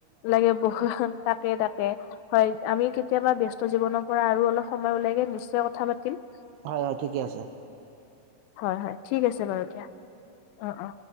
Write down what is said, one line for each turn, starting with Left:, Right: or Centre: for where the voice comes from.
Left: লাগে বহুখন তাকে তাকে হয় আমি কেতিয়াবা ব্যস্ত- জীৱনৰ পৰা আৰু অলপ সময় ওলাইগে নিশ্চয় কথা পাতিম।
Right: হয় হয় ঠিকে আছে।
Left: হয় হয় ঠিক আছে বাৰু দিয়া অ অ